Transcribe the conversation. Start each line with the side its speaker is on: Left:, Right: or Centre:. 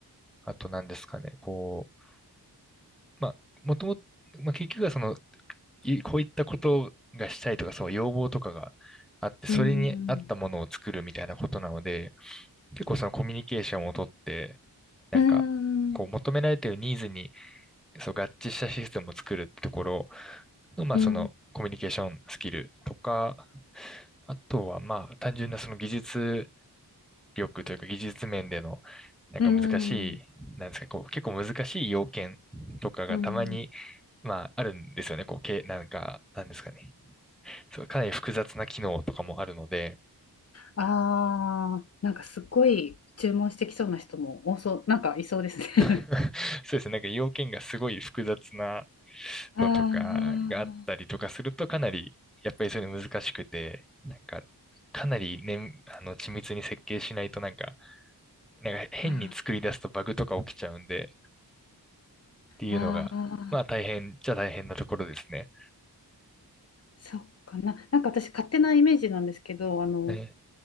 Centre: あとなんですかね、こう、まあ、もともと、まあ、結局はその、いこういったことがしたいとか、そう、要望とかがあって、それに合ったものを作るみたいなことなので、
Left: うん。
Centre: 結構そのコミュニケーションをとって、なんか、
Left: うん。うん。
Centre: こう求められているニーズに
Left: う
Centre: そう合致したシステムを作るってところの、まあそのコミュニケーションスキルとか、
Left: ん。
Centre: あとはまあ単純なその技術力というか技術面でのなんか難しい、
Left: うん。
Centre: なんですか、こう結構難しい要件とかがたまに、
Left: うん。
Centre: まああるんですよね。こう、け、なんか、なんですかね。そう、かなり複雑な機能とかもあるので、
Left: ああ、なんかすっごい注文してきそうな人も多そう、なんかいそうですね。
Centre: <laughs> そうですね、なんか要件がすごい複雑な
Left: <laughs> あー
Centre: のとかがあったりとかすると、かなり、やっぱりそういうの難しくて、なんか、かなりね、あの、緻密に設計しないとなんか、なんか変に作り出すとバグとか起きちゃうんで、
Left: あ
Centre: っていうのが、
Left: ー、あー
Centre: まあ大変じゃ大変なところですね。
Left: そっかな。なんか私勝手なイメージなんですけど、あの、
Centre: はい、